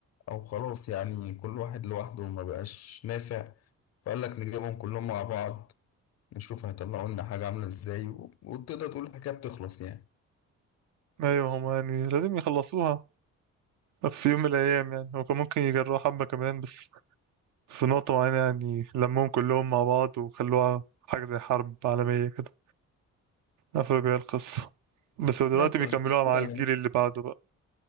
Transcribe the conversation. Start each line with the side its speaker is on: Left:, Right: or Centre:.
Left: او خلاص يعني كل واحد لوحده ما بقاش نافع فقال لك نجيبهم كلهم مع بعض نشوف هيطلعوا لنا حاجة عاملة ازاي و- وتقدر تقول الحكاية بتخلص يعني
Right: ايوه هما يعني لازم يخلصوها في يوم من الايام يعني هو كان ممكن يجربوا حبة كمان بس في نقطة معينة يعني لمهم كلهم مع بعض وخلوها حاجة زي حرب عالمية كده قفلوا بيها القصة بس هو دلوقتي
Left: مين أكتر
Right: بيكملوها
Left: الشخصيات
Right: مع
Left: عجبتك
Right: الجيل اللي بعده بقى